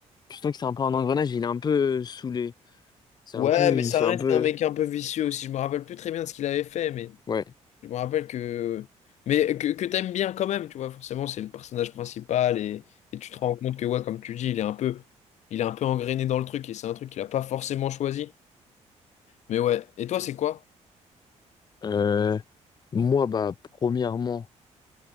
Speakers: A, on the left (about 35°); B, on the left (about 70°).
A: Je sens que c'est un peu un engrenage, il est un peu euh, saoulé. C'est
B: Ouais,
A: un peu,
B: mais
A: il
B: ça
A: fait
B: reste
A: un peu.
B: un mec un peu vicieux aussi. Je me rappelle plus très bien de ce qu'il avait fait, mais.
A: Ouais.
B: Je me rappelle que. Mais que, que t'aimes bien quand même, tu vois, forcément, c'est le personnage principal et, et tu te rends compte que, ouais, comme tu dis, il est un peu, il est un peu engrainé dans le truc et c'est un truc qu'il a pas forcément choisi. Mais ouais. Et toi, c'est quoi?
A: Euh, moi, bah, premièrement.